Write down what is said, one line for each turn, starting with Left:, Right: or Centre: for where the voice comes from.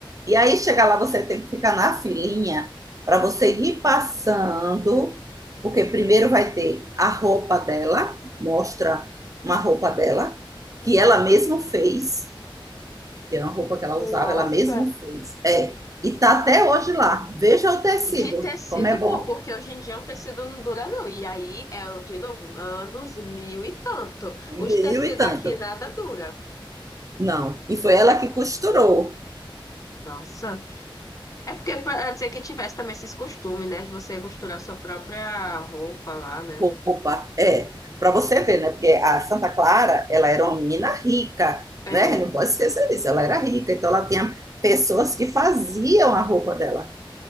Right: E aí, chegar lá, você tem que ficar na filinha para você ir passando, porque primeiro vai ter a roupa dela, mostra uma roupa dela, que ela mesma fez, que é uma roupa que ela
Left: Nossa,
Right: usava, ela mesma fez. É, e tá até hoje lá. Veja o tecido,
Left: E que tecido
Right: como é bom.
Left: bom, porque hoje em dia um tecido não dura não. E aí é, o- de novo, anos mil e tanto. Os
Right: Mil
Left: tecidos
Right: e tanto.
Left: aqui nada dura.
Right: Não, e foi
Left: Você
Right: ela
Left: vê que...
Right: que costurou.
Left: Nossa. É porque pra dizer que tivesse também esses costumes, né? De você costurar sua própria roupa lá, né?
Right: Opa, é. Para você ver, né? Porque a Santa Clara, ela era uma menina rica,
Left: É.
Right: né? Não pode esquecer disso. Ela era rica, então ela tinha pessoas que faziam a roupa dela.